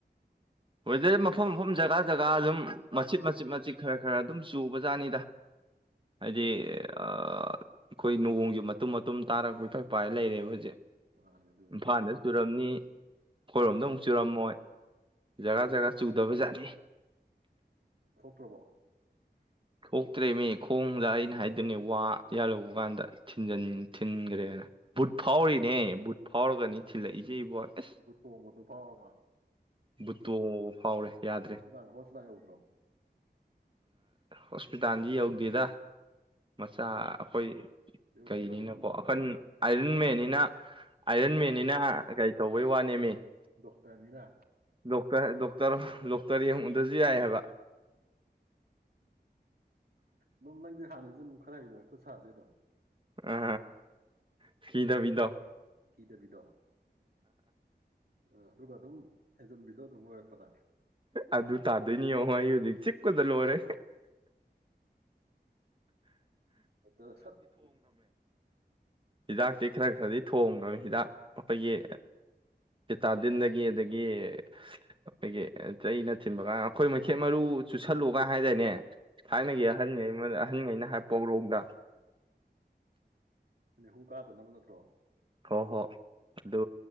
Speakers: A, on the right (about 30°); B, on the right (about 65°).
A: ꯍꯣꯏꯗꯗꯤ ꯃꯐꯝ ꯃꯐꯝ ꯖꯒꯥ ꯖꯒꯥ ꯑꯗꯨꯝ ꯃꯆꯤꯠ ꯃꯆꯤꯠ ꯃꯆꯤꯠ ꯈꯔ ꯈꯔ ꯑꯗꯨꯝ ꯆꯨꯕ ꯖꯥꯠꯅꯤꯗ ꯍꯥꯏꯗꯤ ꯑ ꯑꯩꯈꯣꯏ ꯅꯣꯡꯁꯦ ꯃꯇꯨꯝ ꯃꯇꯨꯝ ꯇꯥꯔꯛꯄꯩ ꯊ ꯎꯄꯥꯏ ꯂꯩꯔꯦꯕ ꯍꯧꯖꯤꯛ
B: ꯃꯥꯅꯦ ꯑꯗꯨꯕꯨꯗꯤ
A: ꯏꯝꯐꯥꯜꯗ ꯆꯨꯔꯝꯅꯤ ꯑꯩꯈꯣꯏꯔꯣꯝꯗ ꯑꯃꯨꯛ ꯆꯨꯔꯝꯃꯣꯏ ꯖꯒꯥ ꯖꯒꯥ ꯆꯨꯗꯕꯖꯥꯠꯅꯤ
B: ꯄ꯭ꯔꯕꯣ
A: ꯊꯣꯛꯣꯛꯀ꯭ꯔꯦ ꯃꯤ ꯈꯣꯡꯗ ꯑꯩꯅ ꯍꯥꯏꯗꯣꯏꯅꯤ ꯋꯥ ꯌꯥꯜꯍꯨꯧꯕ ꯀꯥꯟꯗ ꯊꯤꯟꯟ ꯊꯤꯟꯈ꯭ꯔꯦꯅ ꯕꯨꯠ ꯐꯥꯎꯔꯤꯅꯦ ꯕꯨꯠ ꯐꯥꯎꯔꯒꯅꯤ ꯊꯤꯜꯂꯛꯏꯁꯦ ꯏꯕꯣ ꯑꯁ
B: ꯕꯨꯇꯣ ꯃꯗꯨ ꯄꯥꯎ ꯑꯃ
A: ꯕꯨꯠꯇꯣꯡꯉꯕ ꯐꯥꯎꯔꯦ ꯌꯥꯗ꯭ꯔꯦ
B: ꯍꯁ ꯊꯥꯡ ꯍꯣꯁ ꯔꯣ
A: ꯍꯣꯁꯄꯤꯇꯥꯜꯗꯤ ꯌꯧꯗ꯭ꯦꯔꯤꯗ ꯃꯆꯥ ꯑꯩꯈꯣꯏ
B: ꯌꯨꯝꯗ
A: ꯀꯩꯅꯤꯅꯀꯣ
B: ꯑꯗꯨꯝ
A: ꯑꯈꯟ ꯑꯔ ꯃꯅꯤꯅ ꯑꯥꯏꯔꯟ ꯃꯦꯅꯤꯅ ꯍꯥ ꯀꯩ ꯇꯧꯕꯩ ꯋꯥꯅꯦꯃꯤ
B: ꯗꯣꯛꯇꯔꯥꯅꯤꯅꯥ
A: ꯗꯣꯛꯇꯔ ꯗꯣꯛꯇꯔ ꯗꯣꯛꯇꯔ ꯌꯦꯡꯉꯨꯗ꯭ꯔꯁꯨ ꯌꯥꯏ ꯍꯥꯏꯕ
B: ꯅꯝ ꯅꯪꯗꯤ ꯍꯅꯁꯨꯦ ꯨꯈ ꯍꯥꯏꯗ ꯁꯥꯖꯔꯣ
A: ꯑ ꯀꯤꯗ ꯄꯤꯗ
B: ꯀꯤꯗꯕꯤꯗꯣ ꯑ ꯑꯗꯨꯒ ꯑꯗꯨꯝ ꯍꯦꯟꯖꯝꯕꯤꯗꯣ ꯑꯗꯨꯝ ꯂꯣꯏꯔꯛꯄꯗ
A: ꯑꯗꯨ ꯇꯥꯗꯣꯏꯅꯤ ꯌꯦꯡꯉꯣ ꯑꯩ ꯍꯧꯖꯤꯛ ꯆꯤꯛꯄꯗ ꯂꯣꯏꯔꯦ
B: ꯑ ꯁꯠꯇ
A: ꯍꯤꯗꯥꯛꯁꯤ ꯈꯔ ꯈꯔꯗꯤ ꯊꯣꯡꯉ ꯍꯤꯗꯥꯛ ꯑꯩꯄꯣꯏꯒꯤ ꯇꯤꯇꯥꯗꯤꯟꯗꯒꯤ ꯑꯗꯒꯤ ꯑꯩꯈꯣꯏꯒꯤ ꯆꯩꯅꯆꯤꯡꯕꯒ ꯑꯩꯈꯣꯏ ꯃꯩꯦꯠ ꯃꯔꯨ ꯆ ꯁꯜꯂꯨꯒ ꯍꯥꯏꯇꯥꯏꯅꯦ
B: ꯑꯥ
A: ꯊꯥꯏꯅꯒꯤ ꯑꯍꯟꯩ ꯑꯍꯟꯉꯩꯅ ꯍꯥꯏ ꯄꯧꯔꯧꯗ <unintelligible>
B: ꯑ ꯍꯨ ꯀꯥꯗꯅꯕ ꯅꯠꯇ꯭ꯔꯣ
A: ꯍꯣꯏ ꯍꯣꯏ ꯑꯗꯨ